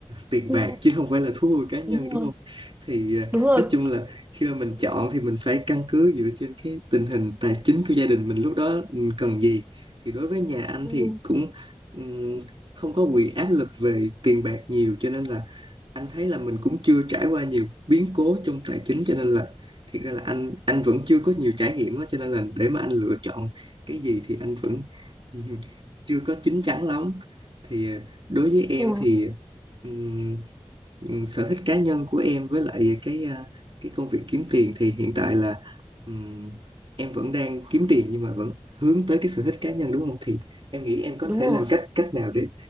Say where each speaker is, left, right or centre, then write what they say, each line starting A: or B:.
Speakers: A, on the right; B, on the right.
A: tiền
B: Ừ,
A: bạc chứ không phải là thú vui cá nhân
B: đúng
A: đúng
B: rồi
A: không thì à,
B: đúng rồi
A: nói chung là khi mà mình chọn thì mình phải căn cứ dựa trên cái tình hình tài chính của gia đình mình lúc đó mình cần gì thì đối với nhà anh
B: ừ,
A: thì cũng ừm, không có bị áp lực về tiền bạc nhiều cho nên là anh thấy là mình cũng chưa trải qua nhiều biến cố trong tài chính cho nên là thiệt ra là anh anh vẫn chưa có nhiều trải nghiệm đó, cho nên là để mà anh lựa chọn cái gì thì anh vẫn <laughs> chưa có chín chắn lắm thì ờ, đối với em
B: ừ,
A: thì ừm, ừm, sở thích cá nhân của em với lại cái ờ, cái công việc kiếm tiền thì hiện tại là ừm, em vẫn đang kiếm tiền nhưng mà vẫn hướng tới cái sở thích cá nhân đúng không thì em nghĩ em có
B: đúng
A: thể
B: rồi
A: làm cách cách nào để